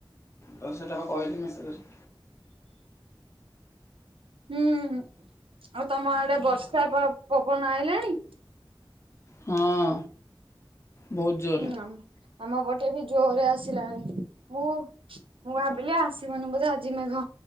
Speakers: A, on the left (about 30°); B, on the right (about 80°).
A: ଦଶଟା ହବ କହିଲି ମେସେଜରେ।
B: ହୁଁ ଆଉ ତମ ଆଡେ ବର୍ଷା ପ ପବନ ଆଇଲାଣି?
A: ହଁ। ବହୁତ ଜୋରରେ
B: ହୁଁ ଆମ ପଟେ ବି ଜୋରରେ ଆସିଲାଣି ମୁଁ ମୁଁ ଭାବିଲି ଆସିବନି ବୋଧେ ଆଜି ମେଘ।